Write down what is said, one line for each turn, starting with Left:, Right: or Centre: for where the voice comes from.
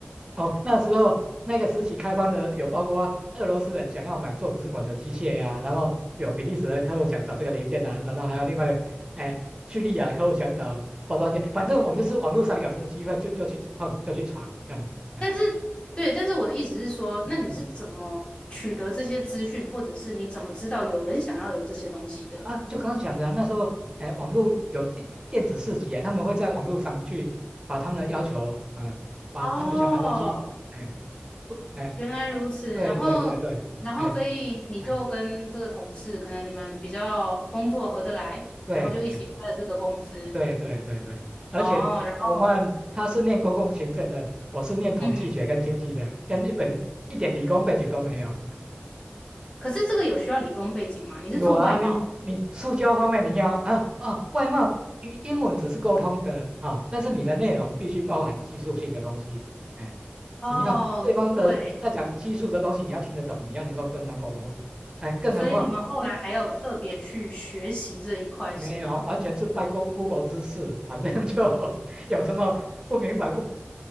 Right: 哦，那时候那个时期开放的有包括俄罗斯人想要买做直管的机械呀、然后有比利时的客户想找这个零件啊，然后还有另外的，哎，叙利亚的客户想找包装件，反正我们就是网络上有什么机会就就去碰，就去闯这样子。哎，
Left: 但是对，但是我的意思是说，
Right: 嗯嗯，
Left: 那你是怎么取得这些资讯，或者是你怎么知道有人想要有这些东西的？
Right: 啊，就刚刚讲的啊那时候，哎，网络有电电子市集啊，他们会在网络上去把他们的要求，啊、把他们想买的东西，
Left: 哦，
Right: 哎。不，哎，
Left: 原来如此，
Right: 对对对对，
Left: 然后，然后，
Right: 哎
Left: 所以你就跟这个同事，
Right: 哎，
Left: 可能你们比较工作合得来，
Right: 对哎
Left: 然后就一起开了这个公司。
Right: 对对对对，而且我们他是念公共行政的，
Left: 哦，然后，
Right: 我是念统计学跟经济的，
Left: 嗯，
Right: 跟一本一点理工背景都没有。
Left: 可是这个有需要理工背景吗？你是做外贸？
Right: 有啊，你你塑胶方面你要啊啊，外貌只英英文只是沟通的啊，但是你的内容必须包含技术性的东西，哎，
Left: 哦，
Right: 你要对方的在讲技术的东西，
Left: 对，
Right: 你要听得懂，你要能够跟他沟通，哎，更何况。
Left: 所以你们后来还有特别去学习这一块是吗？
Right: 那。没有，完全是拜 Go- Google 之赐，反正就 <laughs> 有什么不明白不